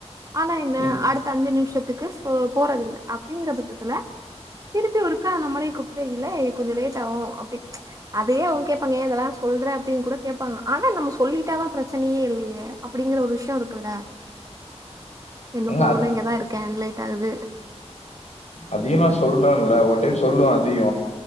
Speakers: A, on the right (about 30°); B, on the left (about 75°).
A: ஆனா என்ன
B: இ-
A: அடுத்த அஞ்சு நிமிஷத்துக்குஸ் போறதில்ல அப்பிடிங்குற பட்சத்துல திருப்பி ஒருக்கா நம்மளே கூப்டு இல கொஞ்சோ லேட்டா ஆ அப்பிடி அதே அவுங்க கேட்பாங்க ஏ இத சொல்றே அப்பிடின் கூட கேட்பாங்க ஆனா நம்ம சொல்லிட்டாதா பிரச்சனையே இல்லயே அப்டிங்குற ஒரு விஷய இருக்குல்ல இன்னு
B: ஏங்க,
A: போகல
B: அது-
A: இங்கதா இருக்கே அண் லேட்டா ஆகுது
B: அதையு நா சொல்றேல ஒரு டைம் சொல்லுவே அதையு